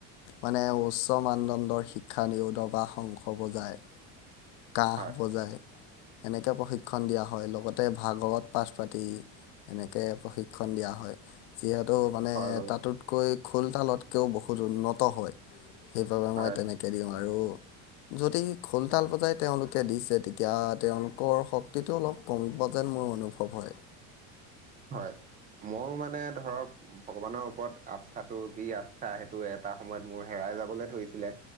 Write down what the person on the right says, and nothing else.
হয়,
হয় বাৰু,
হয়,
হয়। মোৰ মানে ধৰক ভগৱানৰ ওপৰত আস্থাটো যি আস্থা সেইটো এটা সময়ত মোৰ হেৰা ই যাবলে ধৰিছিলে।